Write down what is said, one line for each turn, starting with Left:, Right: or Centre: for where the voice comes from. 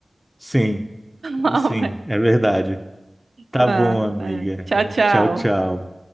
Centre: Sim,
Right: Ah,
Centre: sim,
Right: vai.
Centre: é verdade. Tá
Right: Ah,
Centre: bom, amiga.
Right: é. Tchau, tchau.
Centre: Tchau, tchau.